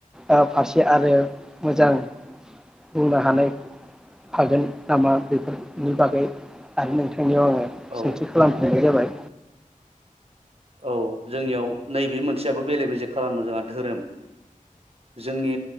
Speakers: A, in the centre; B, on the right.
A: ओ फारसे आरो मोजां बुंनो हानाय हागोन नामा बेफोरनि बागै आरो नोंथां बेनियाव आंङो
B: औ
A: सोंथि खालामफिननाय जाबाय
B: औ जोंनियाव नैबे मोनसेयाबो बेले बेजे खालामो जोंहा धोरोम जोंनि